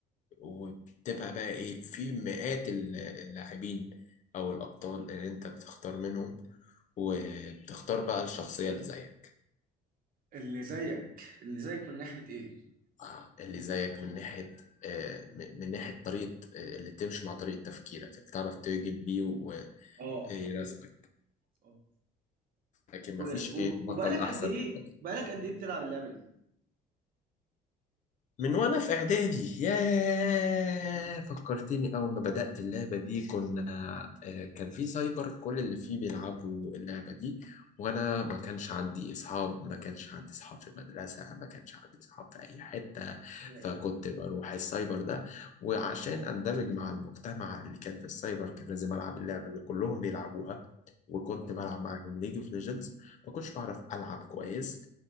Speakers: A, on the left (about 45°); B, on the right (about 55°).
A: وبتبقى بقى ايه في مئات ال- اللاعبين او الابطال اللي انت بتختار منهم وبتختار بقى الشخصية اللي زيك
B: اللي زيك اللي زيك من ناحية ايه
A: آه، اللي زيك من ناحية آه، م- من ناحية طريقة آه، اللي تمشي مع طريقة تفكيرك اللي تعرف تهجم بيه
B: اه
A: ويرسمك
B: اه
A: لكن مفيش
B: و-
A: ايه
B: وب-
A: بطل
B: وبقالك
A: احسن
B: قد ايه
A: من بطل
B: بقالك قد ايه بتلعب اللعبة دي
A: من وانا في اعدادي ياه فكرتني اول ما بدأت اللعبة دي كنا آه، كان في سايبر كل اللي فيه بيلعبوا اللعبة دي وانا ما كانش عندي اصحاب ما كانش عندي اصحاب في المدرسة ما كانش عندي اصحاب في اي حتة
B: لا اله
A: فكنت بروح السايبر ده وعشان اندمج مع المجتمع اللي كان في السايبر كان لازم العب اللعبة اللي كلهم بيلعبوها وكنت
B: آه.
A: بلعب معاهم ليج اوف ليجندز ما كنتش بعرف العب كويس